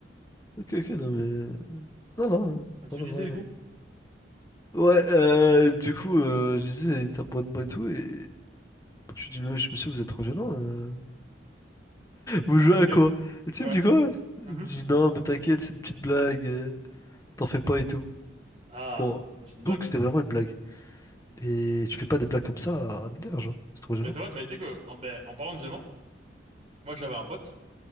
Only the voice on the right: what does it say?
Ah, Tu
me
disais,
du
coup?
Ok,
ouais.
Mhm.
Ah,
bah, c'est une
blague,
alors.
Mais c'est vrai, mais tu sais que, en, ben, en parlant de gênant, moi, j'avais un pote,